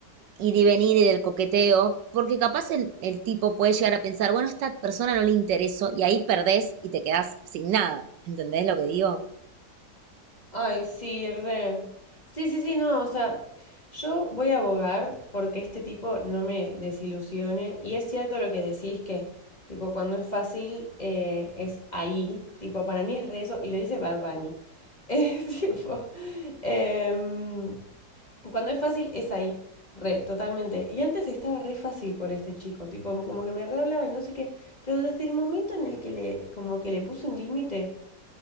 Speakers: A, on the right (about 75°); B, on the left (about 20°).
A: ir y venir y del coqueteo, porque capaz el, el tipo puede llegar a pensar, bueno, a esta persona no le interesó y ahí perdés y te quedás sin nada. ¿Entendés lo que digo?
B: Ay, sí, re. Sí, sí, sí, no, o sea, yo voy a abogar porque este tipo no me desilusione. Y es cierto lo que decís que, tipo, cuando es fácil, eh, es ahí. Tipo, para mí es re eso. Y lo dice Bad Bunny. <laughs> Es eh, tipo. em, Cuando es fácil, es ahí. Re, totalmente. Y antes estaba re fácil con este chico, tipo, como que me re hablaba y no sé qué. Pero desde el momento en el que le, como que le puse un límite,